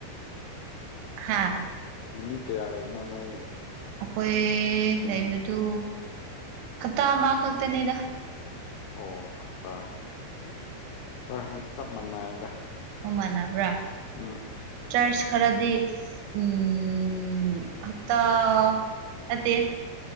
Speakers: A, on the right; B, on the left.
A: ꯍꯥꯥ
B: ꯅꯨꯃꯤꯠ ꯀꯌꯥ ꯂꯩꯕꯅꯅꯣꯏ
A: ꯑꯩꯈꯣꯏ ꯂꯩꯕꯗꯨ ꯍꯞꯇꯥ ꯑꯃ ꯈꯛꯇꯅꯦꯗ
B: ꯑꯣ ꯍꯥꯞꯇꯥ ꯍꯣꯏ ꯍꯣꯏ ꯆꯞ ꯃꯥꯟꯅꯩꯗ
A: ꯍꯃꯥꯟꯅꯕ꯭ꯔꯥ
B: ꯑꯥ
A: ꯆꯔ ꯈꯔꯗꯤ ꯎꯝ ꯍꯞꯇꯥ ꯅꯠꯇꯦ